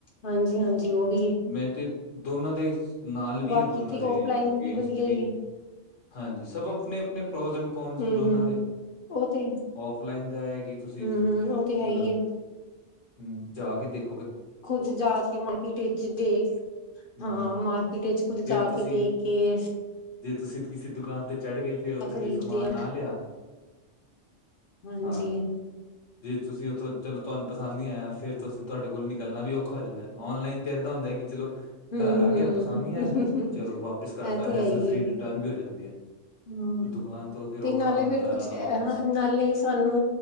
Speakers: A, on the left; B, on the left.
A: ਹਾਂਜੀ ਹਾਂਜੀ ਉਹ ਵੀ ਹੈ।
B: ਮੈਂ ਤੇ ਦੋਨਾਂ ਦੇ ਨਾਲ ਵੀ
A: ਬਾਕੀ
B: ਆ ਦੋਨਾਂ
A: ਤੇ
B: ਦੇ
A: ਔਫਲਾਈਨ
B: ਅਗੇਸਟ
A: ਵਧੀਆ
B: ਵੀ।
A: ਹੀ ਹੈ
B: ਹਾਂਜੀ ਸਭ ਆਪਣੇ- ਆਪਣੇ ਪ੍ਰੋਜੇਕਡ ਕੌਰਨਸ
A: ਹੂੰ
B: ਨੇ ਦੋਨਾਂ
A: ਹੂੰ
B: ਦੇ।
A: ਉਹ ਤੇ
B: ਆਫਲਾਈਨ ਦਾ ਹੈ ਕਿ ਤੁਸੀ
A: ਹੂੰ ਹੂੰ ਉਹ ਤੇ ਹੈ
B: ਮਤਲਬ।
A: ਹੀ
B: ਹੂ ਜਾ ਕੇ ਦੇਖ-
A: ਖੁੱਦ ਜਾ ਕੇ ਮਾਰਕੀਟ ਵਿਚ ਦੇਖ।
B: ਹੂੰ
A: ਹਾਂ ਮਾਰਕੀਟ ਵਿਚ ਖੁਦ
B: ਫੇਰ
A: ਜਾ
B: ਤੁਸੀਂ
A: ਕੇ ਦੇਖ ਕੇ।
B: ਜੇ ਤੁਸੀ ਕਿਸੇ ਦੁਕਾਨ ਤੇ ਚੜ ਗਏ ਫੇਰ ਉਥੋ
A: ਖਰੀਦਦੇ
B: ਦੀ ਸਮਾਨ
A: ਆ
B: ਨਾ ਲਿਆ।
A: ਹਾਂਜੀ
B: ਹਾਂ ਜੇ ਤੁਸੀ ਉਥੋ ਚਲੋ ਤੁਹਾਨੂੰ ਪਤਾ। ਪਸੰਦ ਨੀ ਆਇਆ ਫਿਰ ਤੁਸੀ ਤੁਹਾਡੇ ਕੋਲ ਨਿਕਲਣਾ ਵੀ ਔਖਾ ਹੋ ਜਾਂਦਾ ਓਨਲਾਈਨ ਤੇ ਇਦਾ ਹੁੰਦਾ ਕਿ ਚਲੋ।
A: ਹੂੰ
B: ਘਰ ਆ
A: ਹੂੰ
B: ਗਿਆ ਪਸੰਦ ਨਹੀ ਆਇਆ ਚਲੋ ਵਾਪਿਸ ਕਰਤਾ
A: ਇਹ ਤੇ
B: ਹੈਜ਼ਲ
A: ਹੈ ਹੀ
B: ਫਰੀ
A: ਏ
B: ਰਿਟਰਨ ਵੀ ਹੋ ਜਾਦੀ ਹੈ।
A: ਹਮ
B: ਦੁਕਾਨ ਤੋਂ ਫਿਰ
A: ਤੇ
B: ਔਖਾ
A: ਨਾਲੇ
B: ਹੁੰਦਾ
A: ਫੇਰ ਕੁਛ
B: ਆਣਾ ਵਾਪਸ
A: ਨਾਲੇ ਸਾਨੂੰ